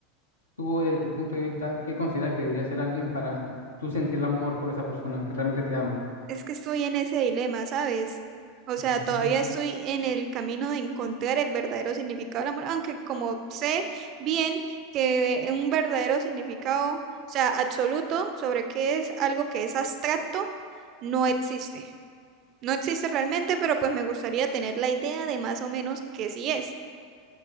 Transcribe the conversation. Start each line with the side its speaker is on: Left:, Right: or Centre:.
Left: tú desde tu punto de vista, ¿qué consideras que debería ser alguien para tú sentir el amor por esa persona que realmente te ama?
Right: Es que estoy en ese dilema, ¿sabes? O sea,
Left: Ujú.
Right: todavía estoy en el camino de encontrar el verdadero significado del amor, aunque como sé bien que un verdadero significado, o sea, absoluto sobre qué es algo que es abstracto, no existe. No existe realmente, pero pues me gustaría tener la idea de más o menos qué sí es.